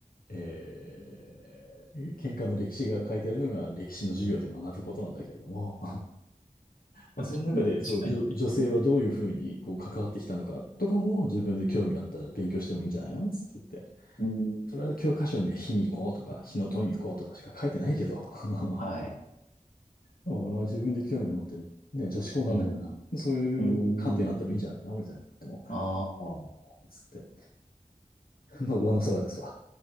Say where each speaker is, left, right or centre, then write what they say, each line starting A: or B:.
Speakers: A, on the left; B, on the left.
A: えー喧嘩の歴史が書いてあるのが歴史の授業で学ぶことなんだけれどもまあ、その中で、
B: 確
A: そう、
B: かに。
A: 女、女性はどういうふうに、こう、関わってきたのかとかも、自分で興味あったら勉強してもいいんじゃないのつって言って。
B: うん。
A: それは教科書には卑弥呼とか、日野富子とかしか書いてないけど。<laughs>
B: はい。
A: でもまあ、自分で興味持って、ね、女子校なんだから、
B: うん。
A: そういう観点あってもいいんじゃないのみたいな。
B: うん。
A: でも、
B: あ
A: ああ、つって。まあ、上の空ですわ。